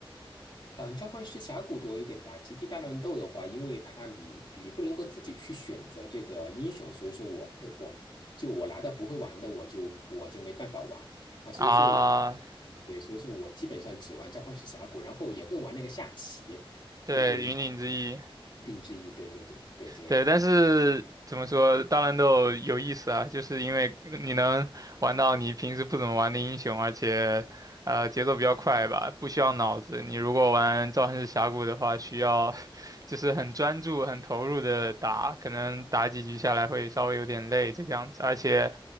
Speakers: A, on the left; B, on the right.
A: 嗯，召唤师峡谷多一点吧。极地大乱斗的话，因为它你你不能够自己去选择这个英雄，所以说我不我就我拿到不会玩的，我就我就没办法玩啊。所以说我
B: 啊，
A: 对，所以说我基本上只玩召唤师峡谷，然后也会玩那个下棋，
B: 对，
A: 那个云
B: 云顶之弈，
A: 顶之弈。对对对对，这个样子。
B: 对，但是怎么说，大乱斗有意思啊，就是因为你能玩到你平时不怎么玩的英雄，而且呃节奏比较快吧，不需要脑子。你如果玩召唤师峡谷的话，需要 <laughs> 就是很专注、很投入的打，可能打几局下来会稍微有点累这个样子，而且